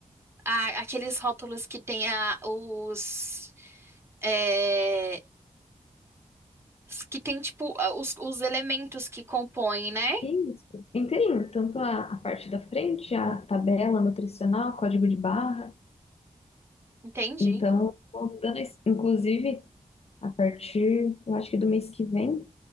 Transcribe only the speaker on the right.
Ah, aqueles rótulos que tem a, os, é, s- que tem tipo a- os, os elementos que compõem, né?
Entendi.